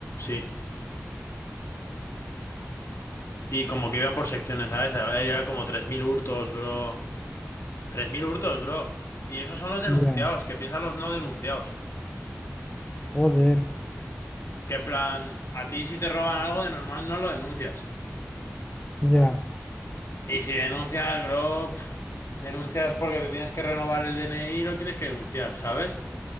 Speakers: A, on the left (about 70°); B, on the left (about 20°).
A: Sí. Y como que iba por secciones, ¿sabes? Había como 3.000 hurtos, bro. tres mil hurtos, bro. Y esos son los denunciados.
B: Ya,
A: ¿Qué piensan los no denunciados?
B: joder,
A: Que en plan, a ti si te roban algo de normal no lo denuncias.
B: ya,
A: Y si denuncias, bro, pf, denuncias porque te tienes que renovar el DNI y lo tienes que denunciar, ¿sabes?